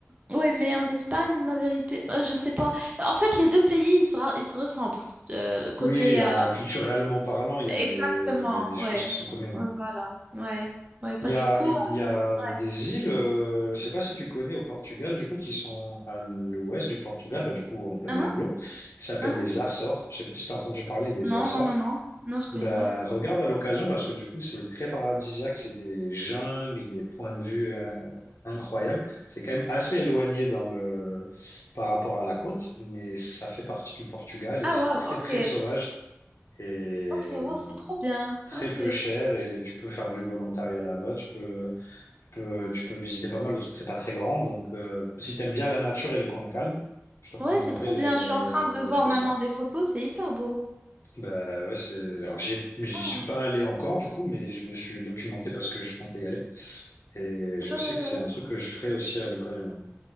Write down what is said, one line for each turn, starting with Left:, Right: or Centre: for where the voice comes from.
Right: ouais, mais en Espagne, la vérité, euh, je sais pas. En fait, les deux pays, ils se, ra- ils se ressemblent. Euh, côté,
Left: Oui, il y a
Right: euh,
Left: culturellement parlant, il y a des
Right: exactement,
Left: il y a des choses
Right: ouais.
Left: qui sont communes.
Right: Ouais,
Left: hein.
Right: Voilà, ouais. Ouais, pas
Left: Il y
Right: du
Left: a,
Right: coup.
Left: il y a
Right: euh, ouais.
Left: des îles, euh, je sais pas si tu connais au Portugal, du coup, qui sont à l'ouest du Portugal, bah, du coup, en plein
Right: Hein,
Left: milieu de l'eau, qui s'appellent
Right: hein.
Left: les Açores. Je sais pas si tu as entendu parler des
Right: Non,
Left: Açores.
Right: non, non, non. Non, je connais
Left: Bah,
Right: pas.
Left: regarde à l'occasion parce que du coup, c'est très paradisiaque, c'est des jungles, des points de vue euh, incroyables. C'est quand même assez éloigné dans le, par rapport à la côte, mais ça fait partie du Portugal et
Right: Ah,
Left: c'est
Right: waouh,
Left: très,
Right: ok.
Left: très sauvage et
Right: Ok, waouh,
Left: hum,
Right: c'est trop bien.
Left: très
Right: Ok.
Left: peu cher et tu peux faire du volontariat là-bas, tu peux, tu peux, tu peux visiter pas mal de trucs, c'est pas très grand. Donc, euh, si t'aimes bien la nature et les coins calmes, je te recommanderais
Right: Ouais, c'est trop
Left: les,
Right: bien. Je suis en train de
Left: les
Right: voir
Left: Açores.
Right: maintenant les photos. C'est hyper beau.
Left: Bah ouais, c'est, alors j'y j'y
Right: Ah.
Left: suis pas allé encore du coup, mais je me suis documenté parce que je comptais y aller. Et je
Right: Ouais,
Left: sais
Right: ouais,
Left: que c'est un
Right: ouais.
Left: truc que je ferai aussi à l'occasion.